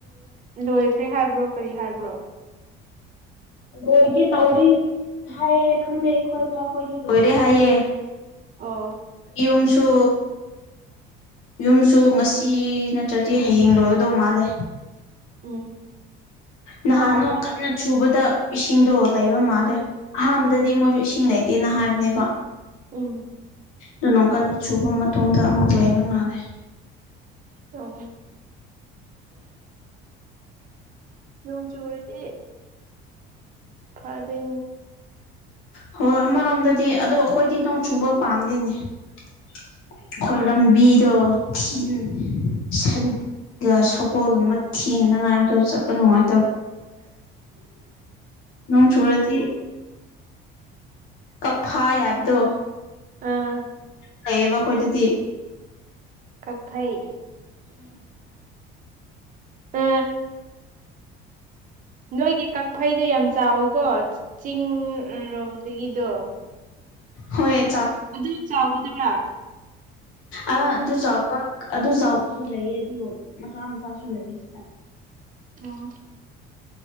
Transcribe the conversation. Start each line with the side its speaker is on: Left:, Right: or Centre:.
Right: ꯂꯣꯏꯈ꯭ꯔꯦ ꯍꯥꯏꯕ꯭ꯔꯣ ꯀꯔꯤ ꯍꯥꯏꯕ꯭ꯔꯣ <inaudible>
Left: ꯂꯣꯏꯗꯤ ꯇꯧꯔꯤ ꯍꯥꯏꯌꯦꯦ ꯈꯪꯗꯦ ꯑꯩ ꯈꯣꯀ ꯑꯩꯈꯣꯏꯗꯤ ꯂꯣꯏꯔꯦ ꯍꯥꯏꯌꯦ
Right: ꯑꯣ
Left: ꯌꯨꯝꯁꯨ ꯌꯨꯝꯁꯨ ꯉꯁꯤ ꯅꯠꯇ꯭ꯔꯗꯤ ꯍꯌꯦꯡ ꯂꯣꯏꯒꯗꯧ ꯃꯥꯜꯂꯦ
Right: ꯎꯝ
Left: ꯅꯍꯥꯟꯅꯣ
Right: ꯆꯥꯎꯕ
Left: ꯀꯟꯅ ꯆꯨꯕꯗ ꯏꯁꯤꯡꯗꯣ ꯂꯩꯕ ꯃꯥꯜꯂꯦ ꯑꯍꯥꯟꯕꯗꯗꯤ ꯃꯣꯏꯁꯨ ꯏꯁꯤꯡ ꯂꯩꯇꯦꯅ ꯍꯥꯏꯕꯅꯦꯕ
Right: ꯎꯝ
Left: ꯑꯗꯨ ꯅ ꯀꯟꯅ ꯁꯨꯕ ꯃꯇꯨꯡꯗ ꯑꯃꯨꯛ ꯂꯩꯕ ꯃꯥꯜꯂꯦ
Right: ꯑꯣ ꯅꯣꯡ ꯆꯨꯔꯗꯤ ꯐꯗ
Left: ꯍꯣꯏ ꯑꯃꯔꯣꯝꯗꯗꯤ ꯑꯗꯣ ꯑꯩꯈꯣꯏꯗꯤ ꯅꯣꯡ ꯆꯨꯕ ꯄꯥꯝꯗꯦꯅꯦ ꯑꯩꯈꯣꯏ ꯂꯝꯕꯤꯔꯣ ꯊꯤꯟ ꯁꯟ ꯁꯒꯣꯜꯒꯤ ꯃ ꯊꯦꯡꯗ ꯉꯥꯏꯕꯗ ꯁꯀꯅꯅꯨꯡ ꯍꯥꯏ ꯇ ꯅ ꯊꯣꯣꯔꯗꯤ ꯀꯛꯐꯥ ꯍꯥꯏꯕꯗꯣ
Right: ꯑꯥ
Left: ꯂꯩꯌꯦꯕ ꯑꯩꯈꯣꯏ ꯑꯗꯨꯗꯤ
Right: ꯀꯄꯩ ꯑ ꯅꯣꯏꯒꯤ ꯀꯛꯐꯩꯗꯣ ꯌꯥꯝ ꯆꯥꯎꯋꯤꯀꯣ ꯆꯤꯡꯔꯣꯝꯗꯒꯤꯗꯣ
Left: ꯍꯣꯏ
Right: ꯑꯗꯨ ꯆꯥꯎꯒꯗꯔꯥ
Left: ꯑ ꯑꯗꯨ ꯆꯥꯎ ꯑꯗꯨ ꯆꯥꯎꯕꯁꯨ ꯂꯩꯌꯦ ꯑꯗꯨꯒ ꯃꯆꯥ ꯃꯆꯥꯁꯨ ꯂꯩꯌꯦ ꯁꯤꯗ
Right: ꯑꯣ